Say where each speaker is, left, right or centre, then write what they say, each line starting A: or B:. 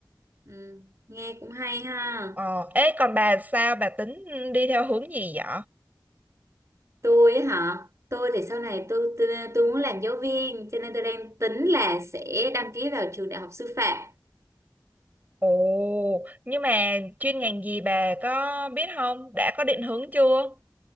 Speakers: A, on the right (about 40°); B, on the right (about 25°).
A: Ừ. Nghe cũng hay ha.
B: Ờ, ê còn bà sao bà tính đi theo hướng gì vậy?
A: Tôi ấy hả? Tôi thì sau này tôi, tôi tôi muốn làm giáo viên cho nên tôi đang tính là sẽ đăng ký vào trường đại học sư phạm
B: Ồ, nhưng mà chuyên ngành gì bà có biết không? Đã có định hướng chưa?